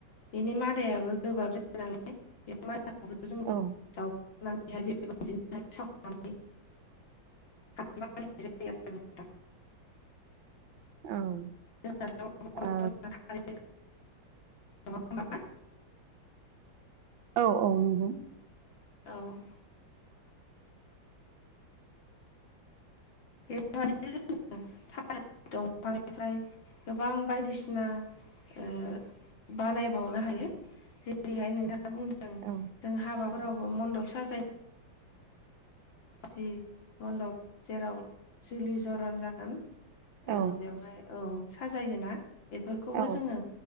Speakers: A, on the left (about 75°); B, on the right (about 75°).
A: बेनि मादायाबो गोबाब जायो नालाय <unintelligible>
B: औ
A: <unintelligible> बेबायदिनो सावनानै खारै बानायनाय जायो आरो नोंथां
B: औ।
A: <unintelligible>
B: ओ
A: नांगौ नालाय
B: औ औ नंगौ।
A: औ। बे <unintelligible> दंफांनिफ्राय गोबां बायदिसिना ओ बानायबावनो हायो जेरैहाय नोंथां बुंदों
B: औ
A: जों हाबाफोरावबो मन्दब साजायो जि मन्दब जेराव जुलि जरन जागोन।
B: औ
A: ओ बेवहाय औ साजायोना बेफोरखौबो
B: औ
A: जोंङो